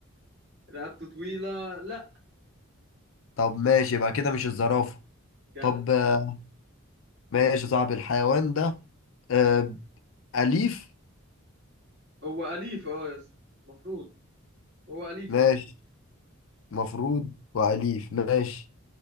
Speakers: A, on the right (about 55°); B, on the left (about 70°).
A: رقبته طويله لا
B: طب ماشي يبقى كده مش الزرافة
A: جدع
B: طب آه ماشي يا صاحبي الحيوان ده آه أليف
A: هو اليف اه يا اسطى المفروض هو اليف
B: ماشي
A: اه
B: مفروض وأليف ماشي